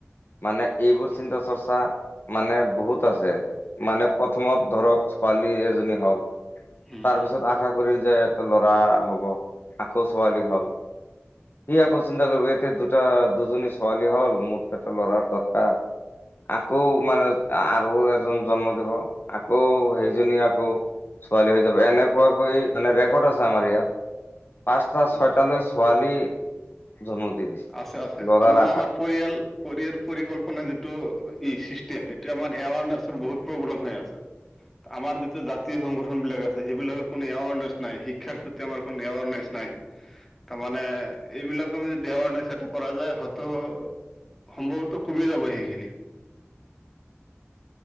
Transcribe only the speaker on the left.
মানে এইবোৰ চিন্তা চৰ্চা, মানে বহুত আছে, মানে প্ৰথমত ধৰক ছোৱালী এজনী হল
তাৰপিছত
আশা কৰিল যে ল'ৰা হ'ব আকৌ ছোৱালী হল। সি আকৌ চিন্তা কৰিব এতে দুটা দুজনী ছোৱালী হল মোৰ এটা লৰাৰ দৰকাৰ। আকৌ মানে আৰু এজন জন্ম দিব আকৌ সেইজনী আকৌ ছোৱালী হৈ যাব এনেকুৱাকৈ মানে ৰেকৰ্ড আছে আমাৰ ইয়াত। পাঁচটা
ছয়টা
লৈ ছোৱালী। জন্ম দি দিছে
ল'ৰাৰ
আঘাত
<inaudible>